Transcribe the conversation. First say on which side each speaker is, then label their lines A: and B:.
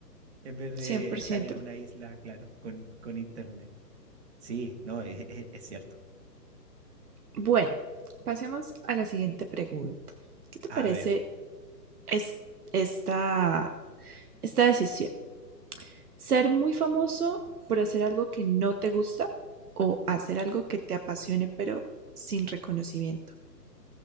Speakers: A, on the right (about 40°); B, on the right (about 60°).
A: en vez de
B: cien por
A: estar
B: ciento.
A: en una isla, claro, con, con internet. Sí, no, es, es- es cierto.
B: Bueno, pasemos a la siguiente pregunta. ¿Qué te parece
A: A ver,
B: es- esta, esta decisión? ¿Ser muy famoso por hacer algo que no te gusta o hacer algo que te apasione pero sin reconocimiento?